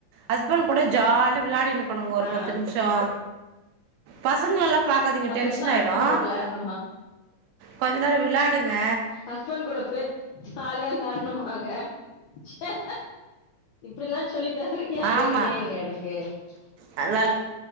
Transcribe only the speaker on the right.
ஹஸ்பண்ட் கூட ஜாலியா வெளயாடினு இருக்ணுங்க ஒரு
பத்து நிம்ஷோ பசங்களல்லாப் பாக்காதீங்க டென்ஷன்
ஆயிடு
கொஞ்ச நேரோ விளாடுங்க
ஆமா
நல்லா